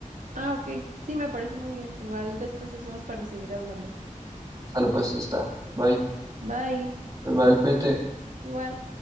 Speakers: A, on the right (about 65°); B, on the right (about 25°).
A: Ah, ok. Sí, me parece muy bien. Igual después nos vemos para seguir hablando.
B: Sale pues, ya está. Bye,
A: Bye.
B: bye, bye, cuídate.
A: Igual.